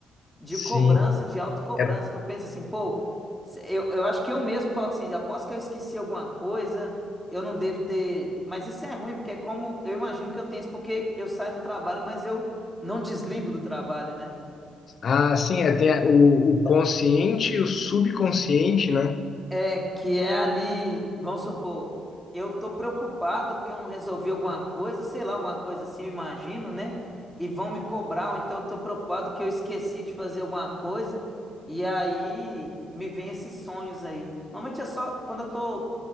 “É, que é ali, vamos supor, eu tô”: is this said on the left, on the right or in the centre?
Centre